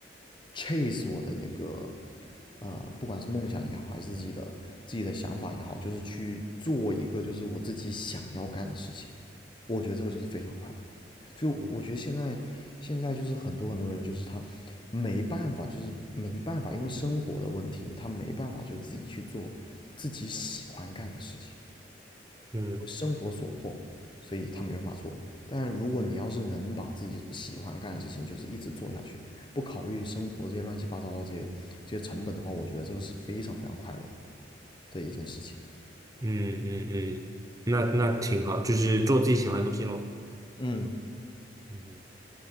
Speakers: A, on the left (about 25°); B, on the right (about 20°).
A: chase 我的那个呃，不管是梦想也好，还是自己的自己的想法也好，就是去做一个就是我自己想要干的事情。我觉得这个就是非常快乐。就我觉得现在现在就是很多很多人就是他没办法，
B: 嗯
A: 就是没办法，因为生活的问题，他没办法就自己去做自己喜欢干的事情，
B: 嗯
A: 因为生活所迫，所以他没办法做。但如果你要是能把自己喜欢干的事情，就是一直做下去，不考虑生活这些乱七八糟的这些这些成本的话，我觉得这个是非常非常快乐的一件事情。
B: 嗯嗯嗯嗯那那挺好，就是做自己喜欢的东西喽。
A: 嗯，
B: 嗯